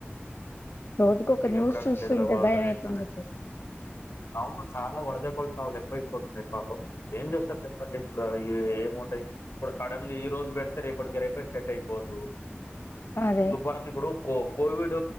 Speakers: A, on the left; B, on the left.
A: రోజుకు
B: గట్టిగా
A: ఒక న్యూస్
B: చెప్పడానికి
A: చూస్తుంటే
B: లేదు వాళ్ళు
A: భయం
B: ఏంటనేది
A: అయితుంది
B: అవును చాలా వడదెబ్బల చవావులు ఎక్కువ అయిపోతున్నాయి పాపం ఏం చూస్తారు చెప్పండి ఇప్పుడు ఈ ఏమంటాయి ఇప్పుడు సడన్ గా ఈ రోజు పెడితే రేపటికి రేపే సెట్ అయిపోదు
A: అదే
B: మనకి ఇప్పుడు కో కోవిడ్